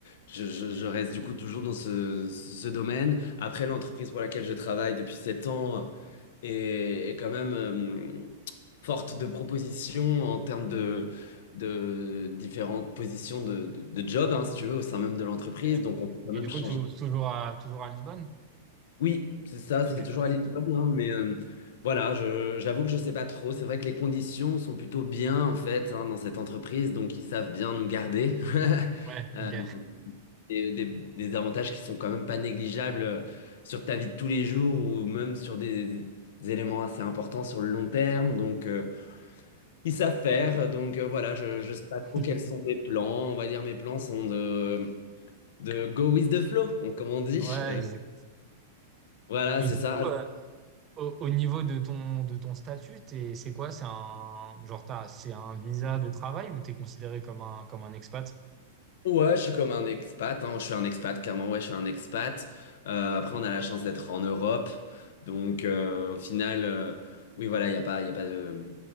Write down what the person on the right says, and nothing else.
Ok.
Et
du
coup, tou- toujours à, toujours à Lisbonne?
Ok.
Ouais,
ok.
Ok.
<laughs>
Ouais,
exact.
Et
du
coup, euh, Au, au niveau de ton, de ton statut, t'es- c'est quoi? C'est un, genre t'as- c'est un visa de travail ou t'es considéré comme un, comme un expat?